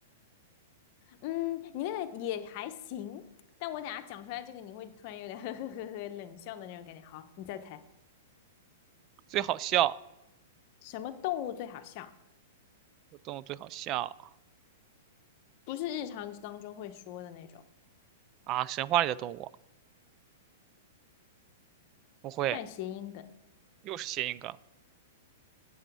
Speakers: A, on the left; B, on the right.
A: 嗯，你那个也还行，但我等下讲出来这个，你会突然有点 <laughs> 呵呵呵呵冷笑的那种感觉。好，你再猜，
B: 最好笑，
A: 什么动物最好笑？
B: 动物最好笑
A: 不是日常当中会说的那种，
B: 啊！神话里的动物不会，
A: 算谐音梗，
B: 又是谐音梗，